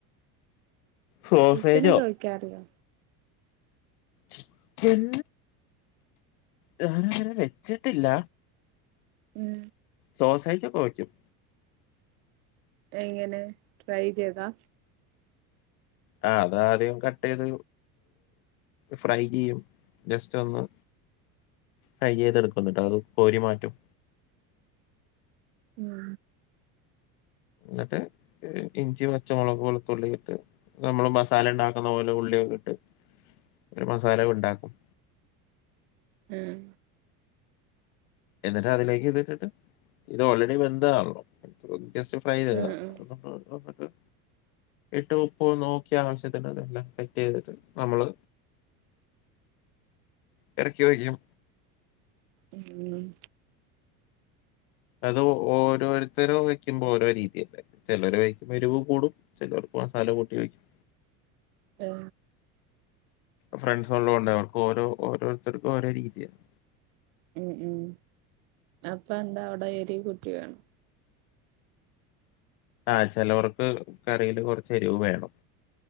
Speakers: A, on the left; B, on the right.
A: സോസേജോ
B: ചിക്കനൊക്കെ വെക്കാറിയോ
A: ചിക്കൻ ഞാനങ്ങനെ വെച്ചിട്ടില്ല
B: ഉം
A: സോസേജൊക്കെ വെക്കും
B: എങ്ങനെ ട്രൈ ചെയ്താ
A: ആ അതാദ്യം കട്ട് ചെയ്ത് ഫ്രൈ ചെയ്യും ജസ്റ്റ് ഒന്ന് ഫ്രൈ ചെയ്തെടുക്കും ന്ന്ട്ടത് കോരി മാറ്റും
B: ഉം
A: എന്നിട്ട് ഇഞ്ചി പച്ചമുളക് വെളുത്തുള്ളി ഇട്ട് നമ്മള് മസാല ഉണ്ടാക്കുന്ന പോലെ ഉള്ളി ന്നിട്ട് ഒരു മസാല ഉണ്ടാക്കും
B: ഉം
A: എന്നിട്ട് അതിലേക്ക് ഇതിട്ടിട്ട് ഇത് ഓൾറെഡി വെന്തതാണല്ലോ ജെസ്റ്റ് ഫ്രൈ ചെയ്ത
B: ഉം
A: എടുക്ക
B: ഉം
A: ഇട്ട് ഉപ്പ് നോക്കിയ ആവശ്യത്തിന്ല്ലാം സെറ്റ് ചെയ്തിട്ട് നമ്മള് ഇറക്കി വെക്കും
B: ഉം
A: അത് ഓരോരുത്തര വെക്കുമ്പോ ഓരോ രീതിയല്ലേ ചിലർ വയ്ക്കുമ്പോ എരിവ് കൂടും ചിലർ മസാല കൂട്ടി വയ്ക്കും
B: ആ
A: ഫ്രണ്ട്സ ഉള്ളത് കൊണ്ട് അവർക്ക് ഓരോ ഓരോരുത്തർക്കും ഓരോ രീതിയാണ്
B: ഉം ഉം അപ്പൊ എന്താ അവിടെ എരിവ്കൂട്ടി വേണം
A: ആഹ ചിലവർക്ക് കറിയില് കൊറച്ച് എരിവ് വേണം